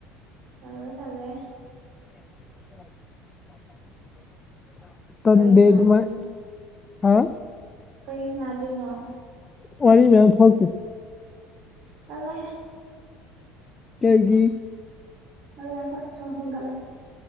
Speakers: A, on the right; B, on the left.
A: ꯇꯜꯂꯦ - ꯇꯜꯂꯦ
B: <unintelligible> ꯇꯟꯗꯦ
A: ꯀꯔꯤ ꯁꯥꯟꯅꯗꯣꯏꯅꯣ
B: ꯗꯨꯃꯥꯢ ꯍꯥ
A: ꯀꯔꯤ ꯁꯥꯅꯗꯣꯏꯅꯣ
B: ꯋꯥꯔꯤ <unintelligible>
A: ꯇꯜꯂꯦ
B: ꯀꯩꯒꯤ
A: ꯀꯜꯂꯦ ꯑꯩꯈꯣꯏ ꯁꯣꯔ ꯐꯨꯝ ꯀꯠꯂꯦ